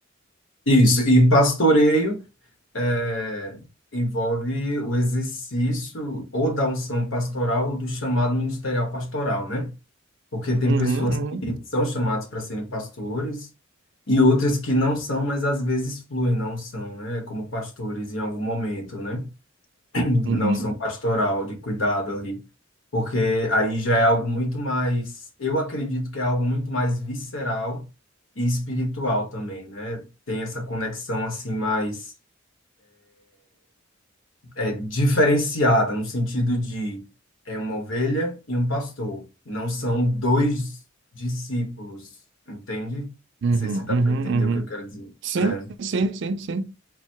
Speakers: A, on the left; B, on the right.
A: isso. E pastoreio é, envolve o exercício ou da unção pastoral ou do chamado ministerial pastoral, né? Porque tem
B: Uhum,
A: pessoas
B: uhum,
A: que são chamadas para serem pastores e outras que não são, mas às vezes fluem na unção, né? Como pastores em algum momento, né? <clears throat>
B: uhum,
A: Na unção pastoral, de cuidado ali. Porque aí já é algo muito mais, eu acredito que é algo muito mais visceral e espiritual também, né? Tem essa conexão assim mais é diferenciada no sentido de é uma ovelha e um pastor, não são dois discípulos, entende? Não
B: uhum,
A: sei se dá
B: uhum,
A: para entender o que eu
B: uhum.
A: quero dizer.
B: Sim,
A: É,
B: sim, sim, sim.